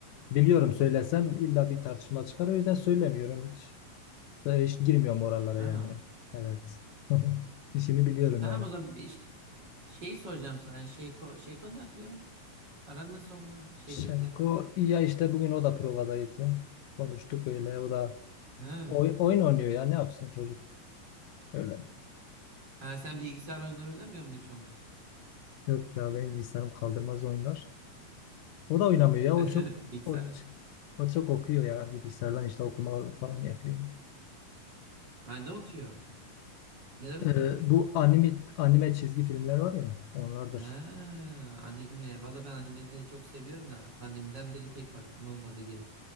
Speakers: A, on the left (about 75°); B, on the right (about 30°).
A: biliyorum söylesem illa bir tartışma çıkar o yüzden söylemiyorum hiç hiç girmiyorum oralara
B: ha
A: yani evet <laughs> İşimi biliyorum
B: tamam
A: yani
B: o zaman bir şey, şey soracağım sana Şeyko Şeyko ne yapıyor? Aran nasıl onunla şirketle?
A: Şevko iyi ya işte bugün o da provadaydı. Konuştuk öyle o da
B: Ha.
A: oy- oyun oynuyor ya ne yapsın çocuk öyle.
B: Ha sen bilgisayar oyunları oynamıyor mu hiç onunla?
A: Yok ya benim bilgisayarım kaldırmaz oyunlar. O da oynamıyor ya
B: <laughs>
A: o çok
B: Bilgisayar
A: o, o çok okuyor ya bilgisayardan işte okuma falan yapıyor.
B: Ha, ne okuyor? Neler okuyormuş?
A: Ee, bu anime anime çizgi filmler var ya onlardır.
B: Ha, anime. Valla ben animeleri çok seviyorum da pandemiden beri pek vaktim olmadı girip